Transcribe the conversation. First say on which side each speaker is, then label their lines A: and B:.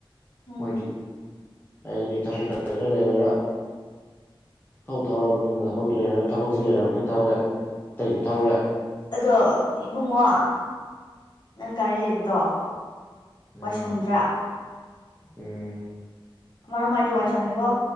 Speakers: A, on the left; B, on the left.
A: ꯎꯝ
B: ꯃꯣꯏꯗꯤ ꯍꯥꯏꯗꯤ ꯊꯕꯛ ꯂꯩꯔꯣꯏꯔꯥ ꯂꯩꯔꯣꯏꯔꯥ ꯊꯧ ꯊꯧꯔꯕꯅꯤꯅ ꯊꯕꯛ ꯊꯕꯛꯁꯨ ꯂꯩꯔꯕꯅꯤꯅ ꯊꯧꯔꯦ ꯑꯇꯩꯁꯨ ꯊꯧꯔꯦ
A: ꯑꯗꯣ ꯏꯕꯨꯡꯉꯣ ꯅꯪ ꯒꯥꯔꯤ ꯂꯩꯕꯗꯣ
B: ꯎꯝ
A: ꯋꯥꯏꯁꯪꯗ꯭ꯔꯥ
B: ꯎꯝ
A: ꯃꯥꯔꯣ ꯃꯥꯏꯗꯨ ꯋꯥꯏ ꯁꯪꯉꯦꯀꯣ